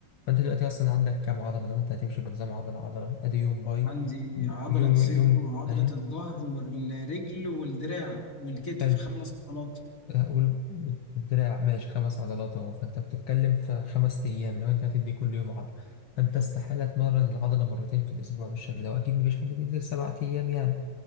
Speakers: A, on the left (about 70°); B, on the left (about 40°).
A: فأنت دلوقتي أصلا عندك كام عضلة لو أنت هتمشي بنظام عضلة عضلة أدي يوم باي
B: عندي عضلة
A: يوم
B: صدر
A: يوم
B: وعضلة
A: أهي.
B: الظهر والرجل والدراع والكتف
A: حلو
B: خمس عضلات
A: وال- والدراع ماشي خمس عضلات اهو فانت بتتكلم في خمس ايام لو انت هتدي كل يوم عضله فانت استحاله تمرن العضله مرتين في الاسبوع بالشكل ده واكيد مفيش حد بينزل سبعة ايام يعني